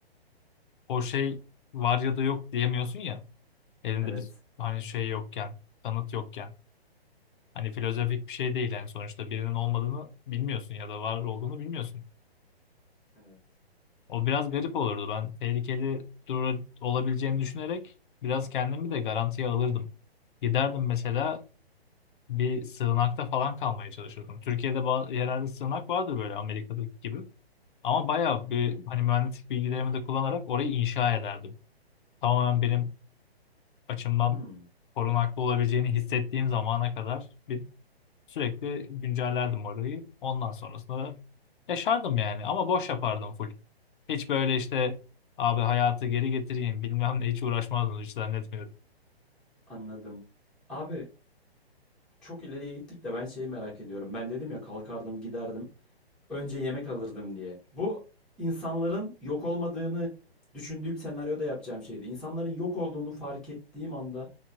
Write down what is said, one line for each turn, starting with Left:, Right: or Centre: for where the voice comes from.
Left: o şey var ya da yok diyemiyorsun ya. Elinde
Centre: Evet.
Left: bir hani şey yokken, kanıt yokken. Hani filozofik bir şey değil yani sonuçta birinin olmadığını bilmiyorsun ya da var olduğunu bilmiyorsun.
Centre: Evet.
Left: O biraz garip olurdu. Ben tehlikeli dura olabileceğini düşünerek biraz kendimi de garantiye alırdım. Giderdim mesela bir sığınakta falan kalmaya çalışırdım. Türkiye'de ba- yerel bir sığınak vardır böyle Amerika'daki gibi. Ama bayağı
Centre: Bilmiyorum.
Left: bir hani mühendislik bilgilerimi de kullanarak orayı inşa ederdim. Tamamen benim açımdan
Centre: Hmm,
Left: korunaklı olabileceğini hissettiğim zamana kadar bir sürekli güncellerdim orayı. Ondan sonrasında da yaşardım yani ama boş yapardım full. Hiç böyle işte abi hayatı geri getireyim bilmem ne hiç uğraşmazdım hiç zannetmiyorum.
Centre: anladım. Abi çok ileriye gittik de ben şeyi merak ediyorum. Ben dedim ya kalkardım giderdim. Önce yemek alırdım diye. Bu insanların yok olmadığını düşündüğüm senaryoda yapacağım şeydi. İnsanların yok olduğunu fark ettiğim anda